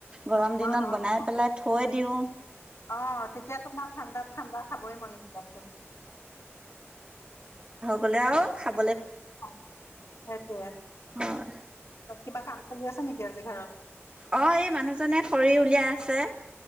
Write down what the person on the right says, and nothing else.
গৰম দিনত
বনাই পেলাই থৈ দিওঁ।
বলে আৰু খাব।
হয়
অ, এই মানুহজনে খৰি উলিয়াই আছে।